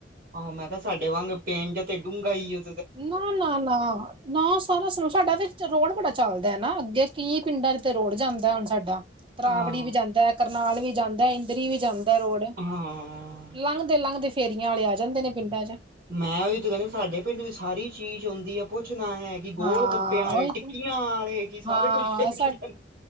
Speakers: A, on the right; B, on the right.
A: ਆਹ ਮੈਂ ਕਿਹਾ ਸਾਡੇ ਵਾਂਗ ਪਿੰਡ ਤੇ ਡੂੰਘਾ ਈ ਏ
B: ਨਾ, ਨਾ, ਨਾ ਨਾ ਸਾਰਾ ਸੁਣੋ ਸਾਡਾ ਵੀ ਰੋਡ ਬੜਾ ਚੱਲਦਾ ਆ ਨਾ ਅੱਗੇ ਕੀ ਪਿੰਡਾਂ ਚ ਤੇ ਰੋਡ ਜਾਂਦਾ ਹੁਣ ਸਾਡਾ। ਤਰਾਵੜੀ
A: ਹਾਂ
B: ਵੀ ਜਾਂਦਾ, ਕਰਨਾਲ ਵੀ ਜਾਂਦਾ, ਇੰਦਰੀ ਵੀ ਜਾਂਦਾ ਰੋਡ।
A: ਹਾਂ
B: ਲੰਘਦੇ, ਲੰਘਦੇ ਫੇਰੀਆਂ ਵਾਲੇ ਆ ਜਾੰਦੇ ਨੇ ਪਿੰਡਾਂ ਚ।
A: ਮੈਂ ਉਹੀ ਤਾਂ ਕਹਿੰਦੀ ਤੂਹਾਡੇ ਪਿੰਡ ਵਿੱਚ ਸਾਰੀ ਚੀਜ਼ ਆਉਂਦੀ ਹੈ ਪੁੱਛਣਾ ਹੈ ਕਿ ਗੋਲ
B: ਹਾਂ
A: ਗੱਪਿਆਂ ਆਲੇ,
B: ਉਹੀ
A: ਟਿੱਕੀਆਂ
B: ਤੇ
A: ਆਲੇ, ਕਿ ਸਾਰੇ
B: ਹਾਂ
A: ਕੁੱਝ ਖੇਡ- ਖੇਡਾਰੀ